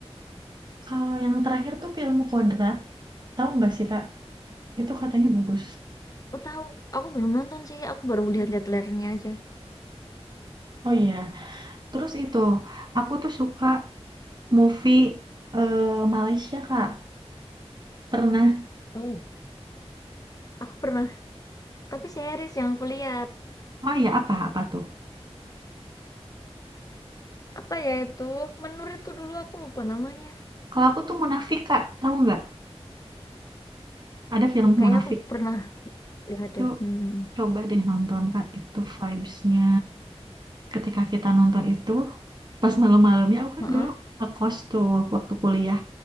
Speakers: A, on the right; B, on the left.
A: kalau yang terakhir tuh film Kodrat tahu nggak sih kak itu katanya bagus
B: Aku tahu, aku belum nonton sih, aku baru lihat-lihat trailernya aja.
A: oh iya terus itu aku tuh suka movie eh, Malaysia kak pernah
B: Oh, Aku pernah, tapi series yang aku lihat
A: oh iya apa apa tuh
B: apa ya itu menur itu dulu aku lupa namanya.
A: kalau aku tuh Munafik kak tahu nggak ada film
B: Kayak
A: Munafik
B: aku pernah lihat
A: Itu
B: deh. Hmm.
A: coba deh nonton Kak, itu vibes-nya ketika kita nonton itu pas malam-malamnya aku kan
B: Heeh.
A: dulu ngekos tuh waktu kuliah.